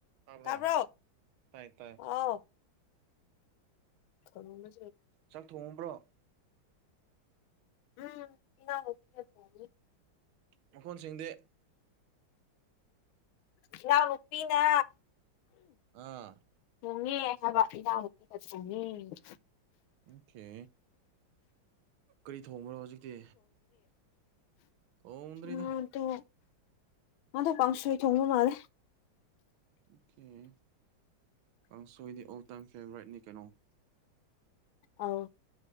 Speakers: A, on the right; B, on the left.
A: ꯇꯥꯕ꯭ꯔꯣ
B: ꯇ꯭ꯕꯔꯣ
A: ꯇꯥꯏ ꯇꯥꯏ
B: ꯍꯥꯎ ꯈꯪꯗꯦ
A: ꯆꯥꯛ ꯊꯣꯡꯉꯕ꯭ꯔꯣ
B: ꯎꯝꯅꯤ
A: ꯃꯈꯣꯟꯁꯤꯡꯗꯤ
B: ꯏꯅꯥꯎ ꯅꯨꯄꯤꯅ
A: ꯑꯥ
B: ꯊꯣꯡꯉꯦ꯫ ꯍꯥꯏꯕꯥ ꯏꯅꯥꯎ ꯅꯨꯄꯤꯅ ꯊꯣꯡꯒꯦ ꯍꯥꯏꯕꯥ
A: ꯑꯣꯀꯦ ꯀꯔꯤ ꯊꯣꯡꯕꯔꯣ꯫ ꯍꯧꯖꯤꯛꯇꯤ ꯊꯣꯡꯗ꯭ꯔꯤꯗ
B: ꯎ ꯇꯣ ꯑꯗ ꯀꯪꯁꯣꯏ ꯊꯣꯡꯕꯥ ꯃꯥꯜꯂꯦ
A: ꯑꯣ ꯀꯏ ꯀꯥꯡꯁꯣꯏꯗꯤ ꯑꯣ ꯇꯥꯏꯝ ꯐꯦꯚꯣꯔꯥꯏꯠꯅꯤ ꯀꯩꯅꯣ
B: ꯑꯣ